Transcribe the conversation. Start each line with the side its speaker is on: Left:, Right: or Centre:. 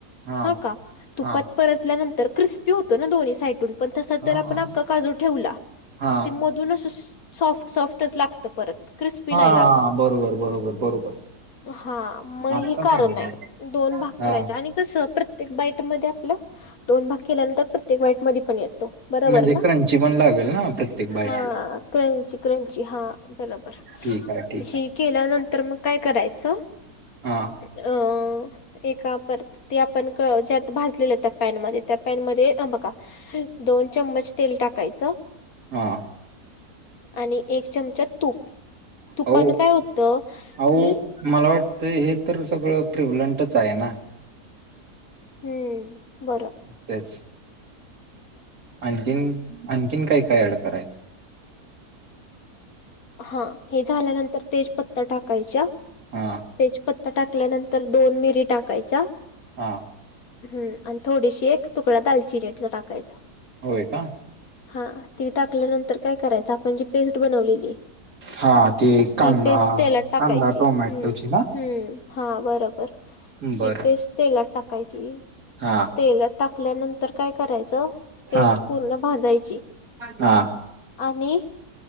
Right: हा
Left: ह का तुपात
Right: हा
Left: परतल्यानंतर क्रिस्पी होत दोन्ही साड प र
Right: हा
Left: आपण काजू ठेवला
Right: हा
Left: तर ती मधूनच सॉफ्ट सॉफ्टच लागत परत क्रिस्पी नाही
Right: हा
Left: लागत
Right: बरोबर बरोबर बरोबर
Left: हा मग
Right: आत्ता
Left: हे कारण
Right: समजलं
Left: आहे दोन भाग
Right: हा
Left: करायचे आणि कस प्रत्येक बाईट मध्ये आपला दोन भाग केल्यानंतर प्रत्येक बाईट म पण येतो बरोबर
Right: म्हणजे
Left: ना
Right: क्रंची पण लागेल ना प्रत्येक बाईकला
Left: हा क्रंची क्रंची हा बरोबर
Right: ठीक आहे ठीक
Left: हे
Right: आहे
Left: केल्यानंतर मग काय करायचं
Right: हा
Left: अ एका परत ते आपण ज्यात भाजलेलं त्या पॅनमध्ये त्या पॅनमध्येध्ये बघ चम्मच तेल टाकायचं
Right: हा
Left: आणि एक चमचा तूप तुपानं
Right: हो
Left: काय होतं
Right: अ
Left: की
Right: मला वाटतं हे तर सगळं प्रिव्लंंटच आहे ना
Left: हम्म बरं
Right: तेच आणखीन आणखीन काही काय अड करायचं
Left: हा हे झाल्यानंतर तेज पत्ता टाकायच्या
Right: हा
Left: तेजपत्ता टाकल्यानंतर दोन मिरी टाकायचा
Right: हा
Left: हम् आणि थोडीशी एक तुकडा दालचिनीचा टाकायचा
Right: होय का
Left: हा ती टाकल्यानंतर काय करायचं आपण जी पेस्ट बनवलेली
Right: हा ते कांदा
Left: ती पेस् त्याला टाकायची
Right: कांदा टोमॅटोची
Left: हम्म
Right: ना
Left: हम्म हा बरोबर
Right: बरं
Left: ती पेस्ट तेलात टाकायची
Right: हा
Left: तेलात टाकल्यानंतर काय करायचं पेस्ट
Right: हा
Left: पूर्ण भाजायची
Right: हा
Left: आणि